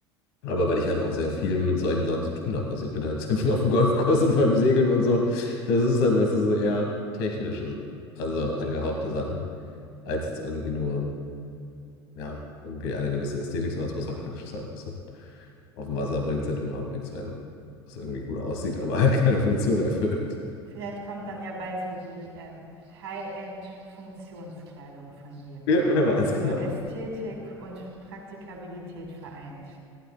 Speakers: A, on the left; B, on the right.
A: Aber weil ich halt auch sehr viel mit solchen Sachen zu tun habe. Also ich bin halt <laughs> sehr viel auf dem Golfkurs und beim Segeln und so. Das ist halt, was ist eher technische, also angehauchte Sachen, als jetzt irgendwie nur, ja, irgendwie eine gewisse Ästhetik, sondern es muss halt praktisch sein, weißt du? Auf dem Wasser bringt es halt überhaupt nichts, wenn es irgendwie gut aussieht, aber halt keine Funktion erfüllt.
B: Vielleicht kommt dann ja bald so die ähm, High-End-Funktionskleidung von dir,
A: Ja, <laughs> wer weiß
B: die so
A: genau.
B: Ästhetik und Praktikabilität vereint.